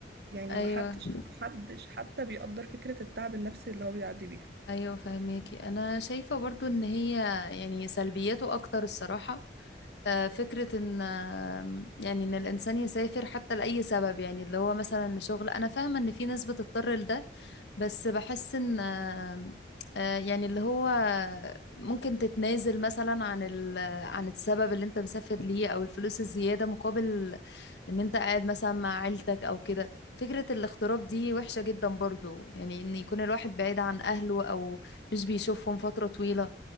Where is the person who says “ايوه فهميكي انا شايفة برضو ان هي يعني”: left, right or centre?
Left